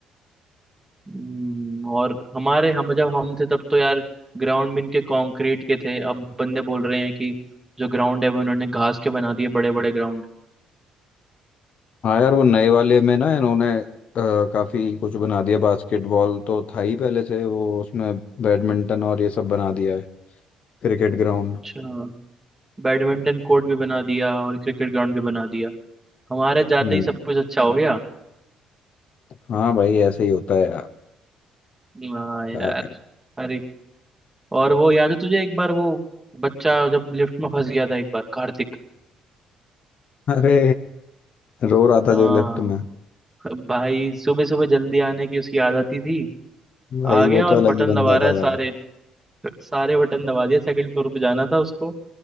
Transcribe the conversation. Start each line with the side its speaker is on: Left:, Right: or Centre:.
Right: हम्म, और हमारे हम जब हम थे तब तो यार ग्राउंड भी इनके कंक्रीट के थे अब बंदे बोल रहे हैं कि जो ग्राउंड है वो इन्होंने घास के बना दिए बड़े बड़े ग्राउंड
Left: हाँ यार वो नए वाले में ना इन्होंने अ, काफी कुछ बना दिया बास्केटबॉल तो था ही पहले से वो उसमें बैडमिंटन और ये सब बना दिया है क्रिकेट ग्राउंड
Right: अच्छा बैडमिंटन कोर्ट भी बना दिया और क्रिकेट ग्राउंड भी बना दिया हमारे जाते
Left: हम्म
Right: ही सब कुछ अच्छा हो गया
Left: हाँ भाई ऐसे ही होता है यार
Right: हाँ यार
Left: क्या करें
Right: अरे और वो याद है तुझे एक बार वो बच्चा जब लिफ्ट में फंस गया था एक बार कार्तिक
Left: अरे रो रहा था
Right: हाँ
Left: जो लेफ्ट में
Right: भाई सुबह सुबह जल्दी आने की उसकी आदत ही थी
Left: भाई
Right: आ गया
Left: वो
Right: और
Left: तो अलग
Right: बटन
Left: ही बंदा
Right: दबा रहा
Left: था
Right: है सारे
Left: यार
Right: सारे बटन दबा दिया सेकंड फ्लोर पे जाना था उसको